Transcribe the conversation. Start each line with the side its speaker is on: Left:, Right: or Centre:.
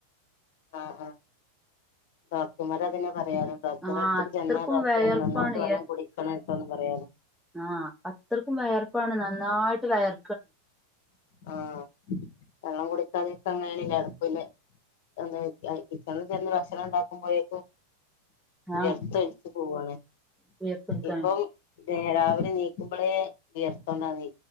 Left: ആ ആ ആ <unintelligible> അതിനെ <unintelligible> ഡോക്ടറെ
Centre: ആഹ്
Left: അടുത്ത്ക്ക്
Centre: അത്രക്കും
Left: ചെന്നാ ഡോക്ടറ്‍
Centre: വയർപ്പാണ്
Left: നന്നായിട്ട് വെള്ളം കുടിക്കണേട്ടൊന്ന് പറയാനോ
Centre: ആ അത്രക്കും വെയർപ്പാണ് നന്നായിട്ട് വെയർ
Left: ആ വെള്ളം കുടിക്കാതെ <unintelligible> കിച്ചണിൽ ചെന്ന് ഭക്ഷണം ഉണ്ടാക്കുമ്പോഴേക്കും
Centre: ആഹ്
Left: യർത്ത് പോവാണ്
Centre: <unintelligible>
Left: ഇപ്പം രാവിലെ എണീക്കുമ്പോളേ വിയർത്തൊണ്ട ണീ